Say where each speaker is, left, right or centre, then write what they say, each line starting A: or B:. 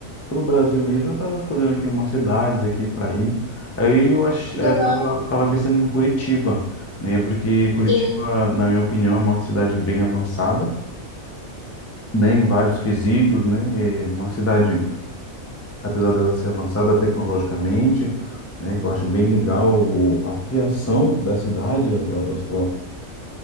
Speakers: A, on the left; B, on the left.
A: pelo Brasil mesmo. Eu tava escolhendo aqui umas cidades aqui para ir. Aí eu ach,
B: Que
A: aí
B: legal.
A: eu tava, tava pensando em Curitiba, né? Porque Curitiba,
B: Sim,
A: na minha opinião, é uma cidade bem avançada, né? Em vários quesitos, né? É uma cidade, apesar dela ser avançada tecnologicamente, né? Que eu acho bem legal a fiação da cidade, as, as,